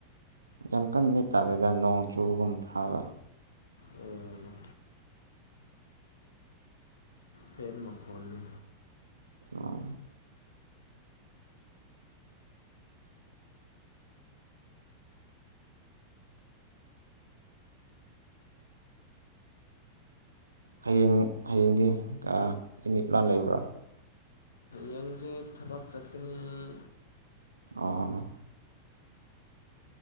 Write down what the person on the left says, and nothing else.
ꯑꯣ ꯐꯦꯟ ꯃꯈꯣꯟꯅꯤ
ꯍꯌꯦꯡꯁꯦ ꯊꯕꯛ ꯆꯠꯀꯅꯤ ꯑꯩ